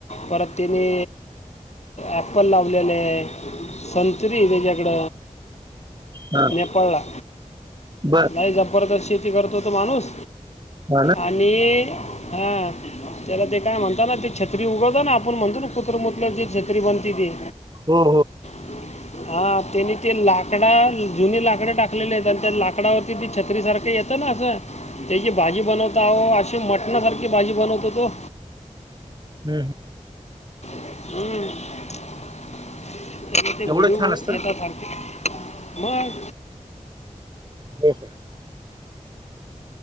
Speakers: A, on the left; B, on the right.
A: परत तेनी ऍपल लावलेले आहे. संत्री आहे त्याच्याकड.
B: हां,
A: नेपाळला
B: बर
A: नाही जबरदस्त शेती करतो होतो माणूस,
B: हा, ना
A: आणि हां त्याला ते काय म्हणता ना ते छत्री उगवत ना आपण म्हणतो. ना कुत्रा मुतल्या वर जी छत्री बनती ती.
B: हो हो
A: <inaudible> हा त्यांनी ते लाकडा जुनी लाकड टाकलेले आहेत आणि त्या लाकडावरती ती छत्रीसारखं येतं ना असं. त्याची भाजी बनवताहो अशी मटणासारखी भाजी बनवतो तो.
B: ह्म्म्म.
A: हम्म त्या ते व्हिडिओ
B: एवढं छान असतं?
A: येता सारखे मग.
B: हम्म